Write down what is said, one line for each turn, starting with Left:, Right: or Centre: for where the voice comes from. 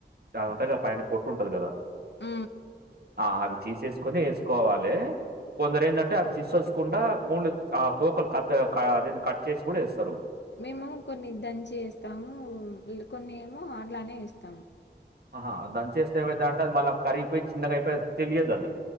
Right: అది ఉంటా కదా పైన పొట్టు ఉంటది కదా
Left: అ
Right: ఆ అవి తీసేసుకొని వేసుకోవాలి కొందరు ఏంటంటే అవి తీసుచ్చకుండా కోళ్లు ఆ తోకలు కట్ అద కట్ చేసి కూడా ఇేస్తారు
Left: మేము కొన్ని దంచి వేస్తాము కొన్ని ఏమో అట్లానే వేస్తాము
Right: ఆహా అ దని చేస్తే ఏమవుత అంటేది మళ్ళా కరిగిపోయి చిన్నగా అయిపోయి తెలియదు అది